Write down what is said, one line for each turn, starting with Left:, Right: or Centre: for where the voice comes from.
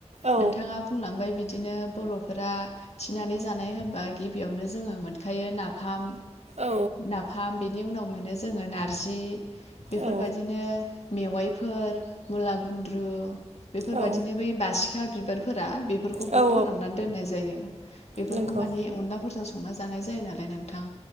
Right: औ
Left: नोंथाङा बुंलांबाय बिदिनो बर'फोरा थिनानै जानाय हबा गिबियावनो जोङो मोन खायो नाफाम
Right: औ
Left: नाफाम बिनि उनाव मोनो जोङो नारजि बेफोरबायाददिनो
Right: औ
Left: मेवाइफोर मुला गुन्द्रु बेफोरबायदिनो
Right: औ
Left: बै बासिखा बिबारफोरा बे फोरखौबो
Right: औ औ
Left: फोराननानै दोननाय जायो बेफोरखौ
Right: नंगौ
Left: मानि अनलाफोरजों संना जा जानाय जायो नालाय नोंथां